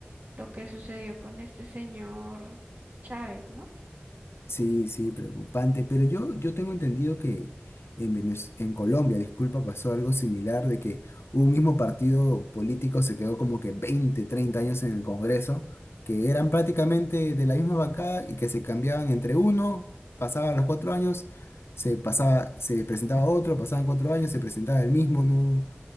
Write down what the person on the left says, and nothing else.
Sí, sí, preocupante. Pero yo, yo tengo entendido que en Venez- en Colombia, disculpa, pasó algo similar de que un mismo partido político se quedó como que 20, 30 años en el Congreso, que eran prácticamente de la misma bancada y que se cambiaban entre uno, pasaban los cuatro años, se pasaba, se presentaba otro, pasaban cuatro años, se presentaba el mismo, ¿no?